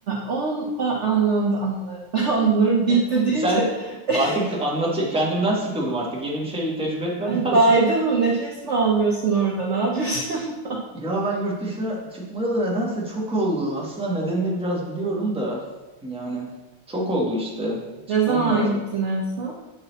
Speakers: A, on the right; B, in the centre.
A: o ba- anlamda anılarım. <laughs> Ben anılarım bitti
B: e, e,
A: deyince
B: sen
A: <laughs>
B: artık anlat kendimden sıkıldım artık yeni bir şey tecrübe etmem
A: hani
B: <laughs> lazım.
A: baydın mı nefes mi almıyorsun orada ne yapıyorsun?
B: Ya ben yurt dışına çıkmayalı nedense çok oldu. Aslında nedenini biraz biliyorum da yani çok oldu işte.
A: <laughs>
B: Çıkmam
A: Ne zaman
B: lazım.
A: gittin en son?